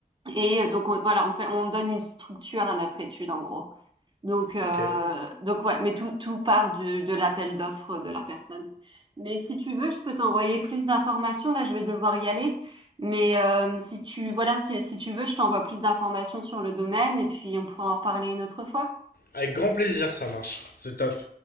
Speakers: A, on the right; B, on the left.
A: Et donc on- voilà, on fait, on donne une structure à notre étude en gros. Donc, euh,
B: Ok.
A: donc ouais, mais tout, tout part du, de l'appel d'offres de la personne. Mais si tu veux, je peux t'envoyer plus d'informations. Là, je vais devoir y aller. Mais euh, si tu, voilà, si, si tu veux, je t'envoie plus d'informations sur le domaine et puis on pourra en reparler une autre fois.
B: Avec grand plaisir, ça marche. C'est top.